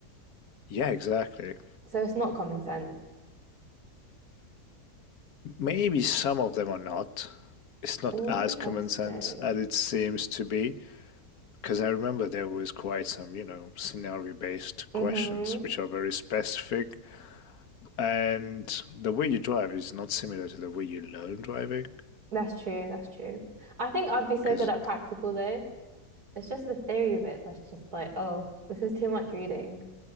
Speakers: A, on the left (about 70°); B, on the right (about 70°).
A: Yeah, exactly.
B: So it's not common sense.
A: Maybe some of them are not. It's not
B: Interesting.
A: as common sense as it seems to be. Because I remember there was quite some, you know, scenario based
B: Mm-hmm.
A: questions which are very specific. And the way you drive is not similar to the way you learn driving.
B: That's true. That's true. I think I'd be so
A: Because,
B: good at practical though. It's just the theory of it that's just like, oh, this is too much reading.